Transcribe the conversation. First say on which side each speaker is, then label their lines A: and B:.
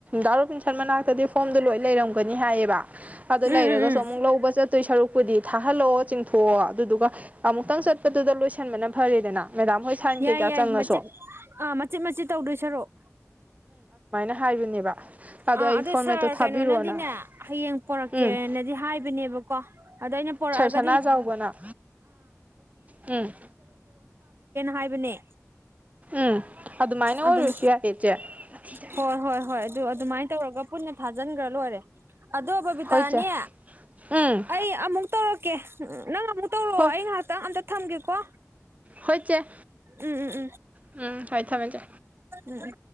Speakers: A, on the right; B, on the right.
A: ꯗꯥ ꯔꯣꯟꯕꯤꯟꯁꯥꯟ ꯃꯅꯛꯇꯗꯤ ꯐꯣꯝꯗꯣ ꯂꯣꯏ ꯂꯩꯔꯝꯒꯅꯤ ꯍꯥꯌꯦꯕ ꯑꯗꯣ ꯂꯩꯔꯝꯒꯅꯤ ꯍꯥꯏꯌꯦꯕ ꯑꯗꯨ
B: ꯎꯝ
A: ꯂꯩꯔꯒꯁꯨ
B: ꯎꯝ
A: ꯑꯃꯨꯛ ꯂꯧꯕ ꯆꯠꯇꯣꯏ ꯁꯔꯨꯛꯄꯨꯗꯤ ꯍꯜꯂꯣ ꯆꯤꯡꯊꯣꯛꯑꯣ ꯑꯗꯨꯗꯨꯒ ꯑꯃꯨꯛꯇꯪ ꯆꯠꯄꯗꯨꯗ ꯂꯣꯏꯁꯤꯟꯕꯅ ꯐꯔꯦꯗꯅ ꯃꯦꯗꯥꯝ ꯍꯣꯏ ꯁꯥꯏꯟ
B: ꯌꯥꯏ
A: ꯀꯩꯀꯥ
B: ꯌꯥꯏ
A: ꯆꯪꯉꯥꯁꯨ
B: ꯃꯆꯤꯠ ꯑꯥ ꯃꯆꯤꯠ ꯃꯆꯤꯠ ꯇꯧꯗꯣꯏ ꯁꯔꯨꯛ
A: ꯍꯥꯏꯕꯅꯦꯕ
B: ꯑꯥ
A: ꯑꯩ
B: ꯑꯗꯣ
A: ꯐꯣꯟ
B: ꯁꯥꯔ
A: ꯃꯦꯠꯇꯣ ꯊꯥꯕꯤꯔꯛꯑꯣꯅ
B: ꯀꯩꯅꯣꯅꯗꯤꯅꯦ ꯍꯌꯦꯡ ꯄꯣꯔꯛꯀꯦꯅꯗꯤ
A: ꯎꯝ
B: ꯍꯥꯏꯕꯅꯦꯕꯀꯣ ꯑꯗꯥ ꯑꯩꯅ ꯄꯨꯔꯛ
A: ꯁꯥꯔ ꯁꯅꯥ
B: ꯃꯣ
A: ꯆꯥꯎꯕꯅ ꯎꯝ
B: ꯍꯥꯏꯕꯅꯦ
A: ꯎꯝ ꯑꯗꯨꯃꯥꯏꯅ ꯑꯣꯔꯁꯨ
B: ꯑꯗꯨꯝ
A: ꯌꯥꯏꯌ° ꯏꯆꯦ
B: ꯍꯣꯏ ꯍꯣꯏ ꯍꯣꯏ ꯑꯗꯨ ꯑꯗꯨꯃꯥꯏꯅ ꯇꯧꯔꯒ ꯄꯨꯟꯅ ꯊꯥꯖꯤꯟꯈ꯭ꯔ ꯂꯣꯏꯔꯦ ꯑꯗꯣ ꯕꯕꯤꯇꯥꯅꯦ
A: ꯍꯣꯏ ꯆꯦ ꯎꯝ
B: ꯑꯩ ꯑꯃꯨꯛ ꯇꯧꯔ ꯀꯦ ꯅꯪ ꯑꯃꯨꯛ ꯇꯧꯔꯛꯑꯣ
A: ꯍꯣꯏ
B: ꯑꯩ ꯉꯥꯏꯍꯥꯛꯇꯪ ꯑꯝꯇ ꯊꯝꯒꯦꯀꯣ
A: ꯍꯣꯏ ꯆꯦ
B: ꯎꯝ ꯎꯝ ꯎꯝ
A: ꯎꯝ ꯍꯣꯏ ꯊꯝꯃꯦ ꯆꯦ
B: ꯎꯝ ꯎꯝ